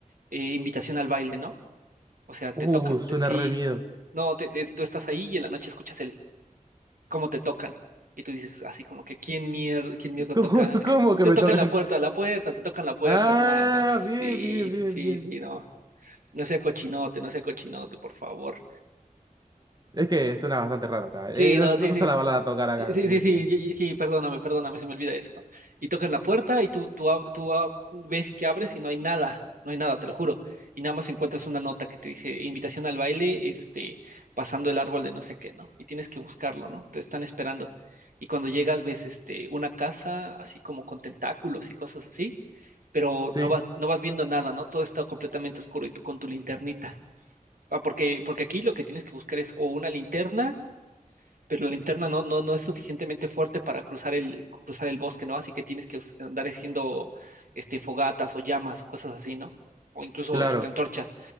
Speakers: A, on the right; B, on the right.
A: eh, invitación al baile, ¿no? O sea, te
B: Uh,
A: tocan,
B: suena
A: te- sí,
B: re miedo.
A: no, te- te- tú estás ahí y en la noche escuchas el cómo te tocan y tú dices así como que quién mierda, quién mierda
B: <laughs> ¿Cómo,
A: toca, <laughs>
B: cómo que
A: te
B: me
A: tocan
B: tocan?
A: la puerta, la puerta, te tocan la puerta,
B: Ah,
A: hermano. Sí,
B: bien, bien, bien,
A: sí, sí,
B: bien.
A: sí, no, no sea cochinote, no sea cochinote, por favor.
B: Es que suena bastante raro acá.
A: Sí,
B: Eh, no,
A: no,
B: no
A: sí,
B: se
A: sí.
B: usa la bala a tocar acá,
A: Sí, sí,
B: ¿qué
A: sí,
B: querés
A: sí,
B: que te diga?
A: y- y- sí, perdóname, perdóname, se me olvida eso, ¿no? Y tocan la puerta y tú, tú, ab- tú ab- ves que abres y no hay nada, no hay nada, te lo juro. Y nada más encuentras una nota que te dice invitación al baile, este, pasando el árbol de no sé qué, ¿no? Y tienes que buscarlo, ¿no? Te están esperando. Y cuando llegas ves, este, una casa así como con tentáculos y cosas así, pero
B: Sí,
A: no vas, no vas viendo nada, ¿no? Todo está completamente oscuro y tú con tu linternita. Ah, porque, porque aquí lo que tienes que buscar es o una linterna pero la linterna no, no, no es suficientemente fuerte para cruzar el, cruzar el bosque, ¿no? Así que tienes que us- andar haciendo este, fogatas o llamas o cosas así, ¿no? O incluso
B: claro.
A: este, antorchas.